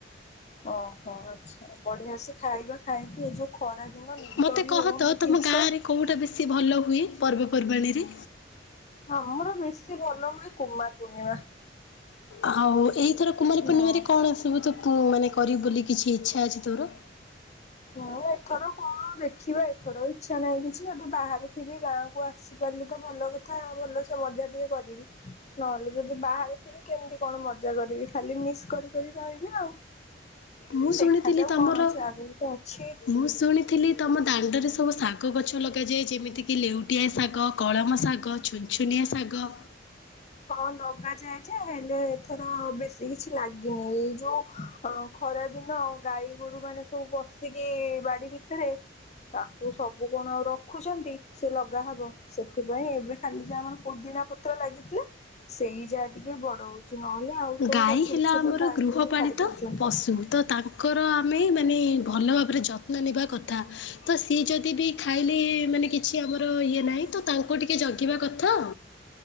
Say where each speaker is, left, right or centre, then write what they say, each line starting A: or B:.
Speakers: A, on the left; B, on the left.
A: ଓହୋ ଆଚ୍ଛା ବଢିଆ ସେ ଖାଇବା ଖାଇକି ଏ ଯଉ ଖରା ଦିନ ନିଦ
B: ମୋତେ
A: ବି
B: କହ
A: ହଉନି
B: ତ ତମ
A: ଠିକ
B: ଗାଁରେ
A: ସେ!
B: କେଉଁଟା ବେଶୀ ଭଲ ହୁଏ ପର୍ବପର୍ବାଣୀ ରେ?
A: ଆମର ବେଶୀ ଭଲ ହୁଏ କୁମାର ପୂର୍ଣ୍ଣିମା।
B: ଆଉ ଏଇଥର କୁମାର
A: ହଁ
B: ପୂର୍ଣ୍ଣିମାରେ କଣ ଆସିବୁ ତୁ ମାନେ କରିବୁ ବୋଲି କିଛି ଇଚ୍ଛା ଅଛି ତୋର?
A: ହଁ ଏଥର କଣ ଦେଖିବା ଏଥର ଇଚ୍ଛା ନାହିଁ କିଛି ଯଦି ବାହାରେ ଥିବେ ଗାଁକୁ ଆସ ଆସିପାରିଲି ତ ଭଲ କଥା ଆଉ ଭଲ ସେ ମଜା ଟିକେ କରିବି ନହେଲେ ଯଦି ବାହାରେ ଥି କେମତି କଣ ମଜା କରିବି ଖାଲି ମିସ୍ କରି କରି ରହିବି ଆଉ।
B: ମୁଁ ଶୁଣିଥିଲି
A: ଦେଖାଯାଉ
B: ତମର
A: କଣ ଅଛି ଆଗକୁ ତ ଅଛି।
B: ମୁଁ ଶୁଣି ଥିଲି ତମ ଦାଣ୍ଡରେ ସବୁ ଶାଗ ଗଛ ଲଗାଯାଏ, ଯେମିତି କି ଲେଉଟିଆ ଶା କଳମ ଶାଗ, ଛୁନଛୁନିଆ ଶାଗ।
A: ହଁ ଲଗାଯାଏ ଯେ ହେଲେ ଏଥର ବେଶୀ କିଛି ଲାଗିନି ଏଇ ଯୋଉ ହ ଖରା ଦିନ ଗାଈ ଗୋରୁ ମାନେ ସବୁ ପଶିକି ବାଡି ଭିତରେ ତାକୁ ସବୁ କଣ ଆଉ ରଖୁଛନ୍ତି ସେ ଲଗା ହବ ସେଥିପାଇଁ ଏବେ ଖାଲି ଯାହା ଆମର ପୁଦିନା ପତ୍ର ଲାଗିଥିଲା ସେଇ ଯାହା ଟିକେ ବଡ ହଉ। କିଛି ନହେଲେ ଆଉ ସବୁ
B: ଗାଈ
A: ଗଛ
B: ହେଲା
A: ବୁଛ
B: ଆମର
A: ତ ଗାଈ
B: ଗୃହପାଳିତ
A: ଗୋରୁ ଖାଇ ଦଉଛନ୍ତି।
B: ପଶୁ ତ ତାଙ୍କ ତାଙ୍କର ଆମେ ମାନେ ଭଲ ଭାବରେ ଯତ୍ନ ନେବା କଥା। ତ ସିଏ ଯଦି ବି ଖାଇଲେ ମାନେ କିଛି ଆମର ଇଏ ନାହିଁ ତ ତାଙ୍କୁ ଟିକେ ଜଗିବା କଥା।